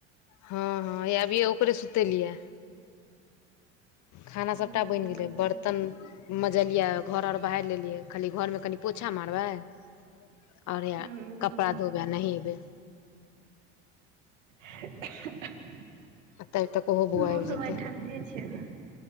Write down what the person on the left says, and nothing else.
हँ -हँ हैये अभी ओकरे सुतेलियए ये। खाना
सबटा बनि गेलय बर्तन मजलये ऐ घर और बहारि लेलियै खाली घरमे कनि पोछा मारबय और हइया
कपड़ा धोबय आ नहेबय।
तब तक ओहो बौआ
आबि जेतै